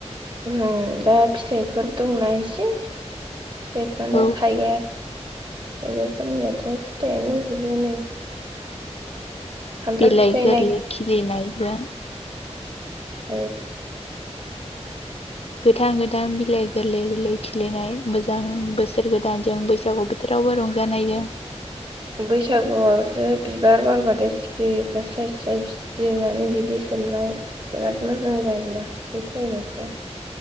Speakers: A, on the right; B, on the left.
A: ओ दा फिथाइफोर दंना एसे फिथाइफ्रानो
B: औ
A: थाइगाया थाइजौफोरनियाथ' फिथाइयानो होजोबो नै खान्थाल
B: बिलाइ
A: फिथाइ
B: गोरलै खिरिनायजों
A: ए
B: गोथां गोथां बिलाइ गोरलै गोरलै खिलिनाय मोजां बोसोर गोदानजों बैसागु बोथोरावबो रंजानायजों
A: बैसागुआवसो बिबार बारबाथाय सिखिरिफ्रा साय साय बिरनानै बिदै सोमनाय बिराद मोजां जायोना बे टाइमावसो